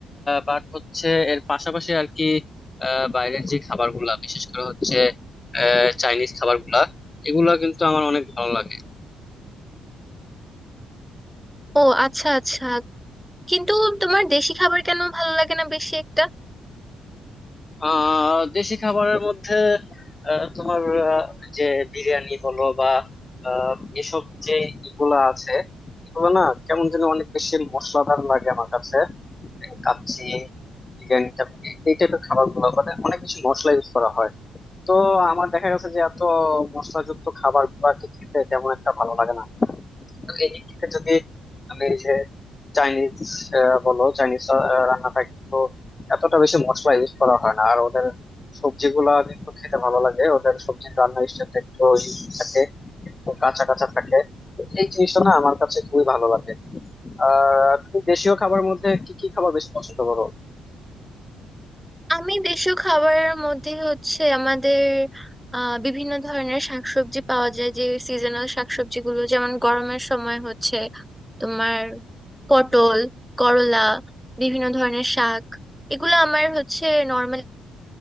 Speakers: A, on the left (about 25°); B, in the centre.
A: বাট হচ্ছে এর পাশাপাশি আর কি আহ, বাইরের যে খাবারগুলা বিশেষ করে হচ্ছে চাইনিজ খাবারগুলা এগুলা কিন্তু আমার অনেক ভালো লাগে
B: ও আচ্ছা আচ্ছা কিন্তু তোমার দেশি খাবার কেন ভালো লাগে না বেশি একটা
A: আহ দেশি খাবারের মধ্যে আহ, তোমার আহ, যে বিরিয়ানি বলো বা আহ, এসব যে ইগুলা আছে এগুলো না কেমন যেন অনেক বেশি মশলাদার লাগে আমার কাছে এই কাচ্চি বিরিয়ানি এই টাইপের খাবার গুলো মানে অনেক বেশি মশলা ইউজ করা হয় তো আমার দেখা গেছে যে এত মশলাযুক্ত খাবার গুলা খেতে তেমন একটা ভালো লাগে না তো এই দিক থেকে যদি আমি এই যে চাইনিজ বলো চাইনিজ রান্নাটা কিন্তু এতটা বেশি মশলা ইউজ করা হয় না আর ওদের সবজিগুলা কিন্তু খেতে ভালো লাগে ওদের সবজির রান্নার স্টাইলটা একটু ইউনিক থাকে একটু কাঁচা কাঁচা থাকে তো এই জিনিসটা না আমার কাছে খুবই ভালো লাগে আর তুমি দেশীয় খাবারের মধ্যে কি কি খাবার বেশি পছন্দ করো
B: আমি দেশীয় খাবারের মধ্যে হচ্ছে আমাদের আহ বিভিন্ন ধরনের শাকসবজি পাওয়া যায় যে সিজনাল শাকসবজিগুলো যেমন গরমের সময় হচ্ছে তোমার পটল করলা বিভিন্ন ধরনের শাক এগুলো আমার হচ্ছে নর্মালি